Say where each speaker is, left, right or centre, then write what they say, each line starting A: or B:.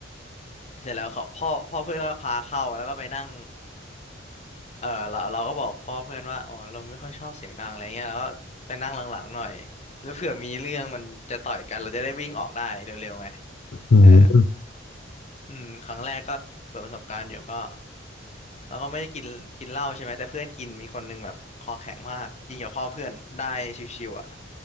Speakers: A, on the left; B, on the left.
A: เสร็จแล้วเขาพ่อพ่อเพื่อนก็พาเข้าแล้วก็ไปนั่งเออเราเราก็บอกพ่อเพื่อนว่าอ๋อเราไม่ค่อยชอบเสียงดังอะไรเงี้ยแล้วก็ไปนั่งหลังๆหน่อยแล้วเผื่อมีเรื่องมันจะต่อยกันเราจะได้วิ่งออกได้เร็วๆไง
B: อืม
A: เอออืมครั้งแรกก็เปิดประสบการณ์อยู่ก็เราก็ไม่ได้กินกินเหล้าใช่ไหมแต่เพื่อนกินมีคนหนึงแบบคอแข็งมากกินกับพ่อเพื่อนได้ชิวๆอ่ะ